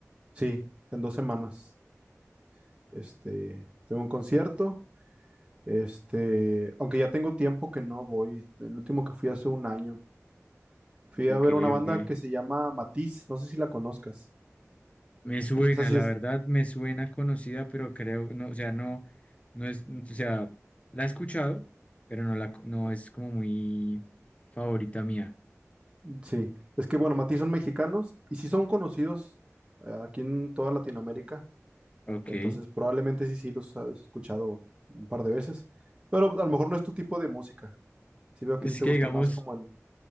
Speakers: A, on the right; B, on the left.
A: Sí, en dos semanas. Este, tengo un concierto. Este, aunque ya tengo tiempo que no voy. El último que fui hace un año. Fui
B: Ok,
A: a ver una banda
B: ok.
A: que se llama Matiz. No sé si la conozcas.
B: Me suena,
A: Esa sí
B: la
A: es.
B: verdad, me suena conocida, pero creo, no, o sea, no, no es, o sea, la he escuchado, pero no la, co- no es como muy favorita mía.
A: Sí, es que bueno, Matiz son mexicanos y sí son conocidos eh, aquí en toda Latinoamérica,
B: Ok.
A: entonces probablemente sí, sí los has escuchado un par de veces, pero a lo mejor no es tu tipo de música. Sí veo
B: Pues
A: que a ti
B: Es
A: te
B: que
A: gusta
B: digamos,
A: más como el,